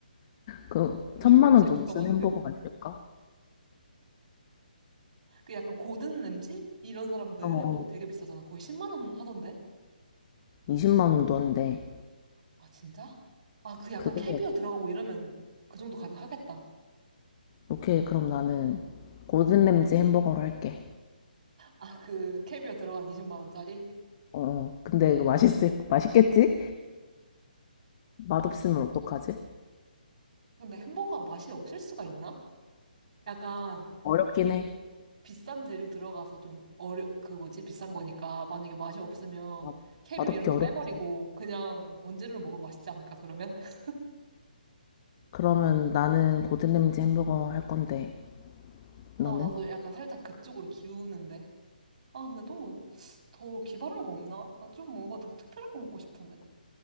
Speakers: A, on the left; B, on the right.
A: 그,
B: 유명
A: 천만 원
B: 셰프가
A: 정도 쓴
B: 만든?
A: 햄버거가 있을까?
B: 그 약간 고든 램지? 이런 사람들
A: 어, 어.
B: 햄버거 되게 비싸잖아. 거의 10만 원 하던데?
A: 이십만 원도 한데,
B: 아, 진짜? 아, 그 약간
A: 그거에
B: 캐비어 들어가고 이러면 그 정도 가격 하겠다.
A: 오케이, 그럼 나는 고든 램지 햄버거로 할게.
B: 아, 그 캐비어 들어간 20만 원짜리?
A: 어, 어. 근데 이거 맛있을, 맛있겠지? 맛없으면 어떡하지?
B: 근데 햄버거가 맛이 없을 수가 있나? 약간
A: 어렵긴
B: 그
A: 해.
B: 비싼 재료 들어가서 좀 어려 그 뭐지 비싼 거니까 만약에 맛이 없으면
A: 맞아.
B: 캐비어
A: 맛없기
B: 이런 거
A: 어렵지.
B: 빼버리고 그냥 원재료로 먹으면 맛있지 않을까 그러면 <laughs>
A: 그러면 나는 고든 램지 햄버거 할 건데,
B: 아
A: 너는?
B: 나도 약간 살짝 그쪽으로 기우는데 아 근데 너무 더 기발한 거 없나 나 좀 뭔가 더 특별한 거 먹고 싶은데